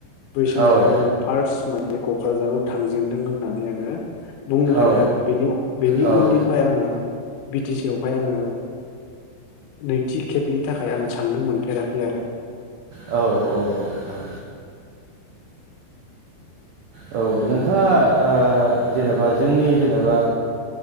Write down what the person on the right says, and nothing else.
औ
औ
औ
औ
औ औ औ औ औ नोंथाङा ओ जेनेबा जोंनि जेनेबा